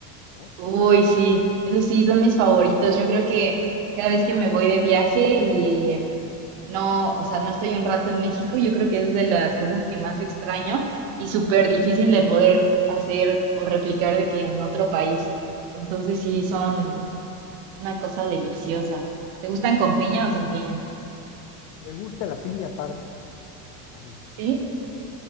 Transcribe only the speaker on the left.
¿no?
O-
me gusta la piña aparte, a mí,